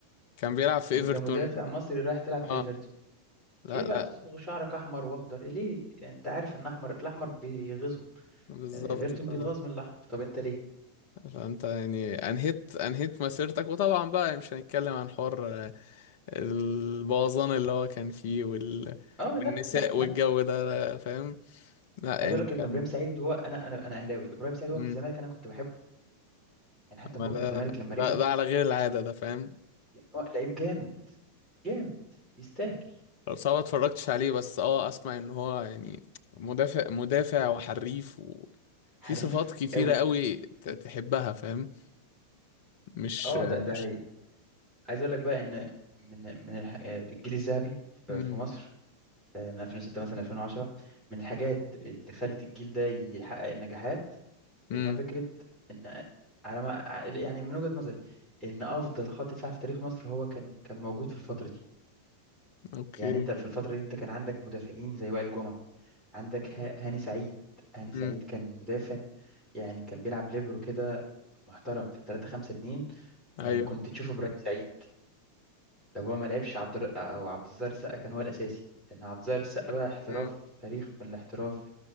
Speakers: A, on the left; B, in the centre.
A: كان بيلعب في
B: انت
A: إيفرتون
B: مدافع مصري رايح تلعب في
A: آه
B: ايفرتون
A: لا
B: ليه بقى
A: لا
B: تصبغ شعرك احمر واخضر ليه يعني انت عارف ان احمر الاحمر بيغيظهم
A: بالظبط
B: آه، ايفرتون
A: ف...
B: بيتغاظ من الاحمر طب انت ليه
A: فأنت يعني أنهيت أنهيت مسيرتك وطبعا بقى مش هنتكلم عن حوار آه، البوظان اللي هو كان فيه وال...
B: اه
A: والنساء
B: لا لا لا
A: والجو ده لا، فاهم لا
B: عايز
A: يعني
B: اقول لك ان
A: كان
B: ابراهيم سعيد هو انا انا انا اهلاوي ابراهيم سعيد هو
A: مم.
B: في الزمالك انا كنت بحبه يعني حتى
A: ما
B: هو في
A: ده
B: الزمالك لما
A: ده,
B: رجع
A: ده على غير العادة ده فاهم
B: لان هو لعيب جامد جامد يستاهل
A: صعب اتفرجتش عليه بس اه اسمع ان هو يعني مدافع مدافع وحريف وفي
B: حريف
A: صفات كتيرة
B: قوي
A: قوي ت- تحبها فاهم مش
B: اه ده ده
A: مش
B: هي عايز اقول لك بقى ان من من الح- الجيل الذهبي ف-
A: امم
B: في مصر آه، من 2006 مثلا 2010 من الحاجات اللي خلت الجيل ده يحقق النجاحات
A: امم
B: ان هو فكره ان على ما يعني من وجهه نظري ان افضل خط دفاع في تاريخ مصر هو كان كان موجود في الفتره دي
A: اوكي
B: يعني انت في الفتره دي انت كان عندك مدافعين زي وائل جمعه عندك ه- هاني سعيد هاني سعيد
A: امم
B: كان مدافع يعني كان بيلعب ليبرو كده محترم في 3 5 2 يعني
A: ايوه
B: كنت تشوفه ابراهيم سعيد لو هو ما لعبش عبد الر... او عبد الظاهر السقا كان هو الاساسي لان عبد الظاهر السقا بقى احتراف
A: امم
B: تاريخ من الاحتراف